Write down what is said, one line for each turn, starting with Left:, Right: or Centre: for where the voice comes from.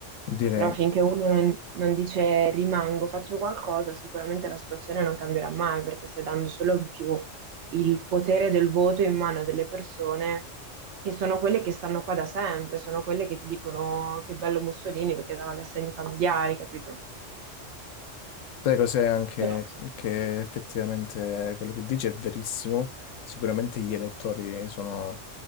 Left: direi
Right: Però finché uno non, non dice rimango, faccio qualcosa, sicuramente la situazione non cambierà mai, perché stai dando solo in più il potere del voto in mano delle persone che sono quelle che stanno qua da sempre, sono quelle che ti dicono che bello Mussolini perché dava gli assegni familiari, capito?
Left: Sai cos'è anche
Right: Però,
Left: che effettivamente quello che dici è verissimo, sicuramente gli elettori sono,